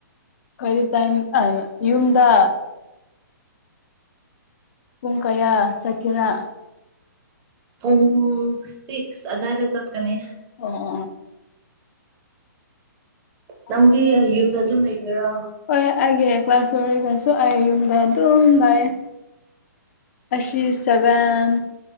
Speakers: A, on the left; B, on the right.
A: ꯈꯔꯤ ꯇꯥꯏ ꯌꯨꯝꯗ ꯄꯨꯡ ꯀꯌꯥ ꯆꯠꯀꯦꯔ
B: ꯄꯨꯡ ꯁꯤꯛꯁ ꯑꯗꯥꯏꯗ ꯆꯠꯀꯅꯤ
A: ꯑꯣ ꯑꯣ ꯑꯣ ꯑꯣ
B: ꯅꯪꯗꯤ ꯌꯨꯝꯗ ꯑꯗꯨꯝ ꯂꯩꯗꯣꯏꯔꯣ
A: ꯍꯣꯏ ꯑꯩꯒꯤ ꯀ꯭ꯂꯥꯁ ꯂꯣꯢꯔꯒꯁꯨ ꯑꯩ ꯌꯨꯝꯗ ꯑꯗꯨꯝ ꯂꯩ ꯑꯁꯤ ꯁꯕꯦꯟ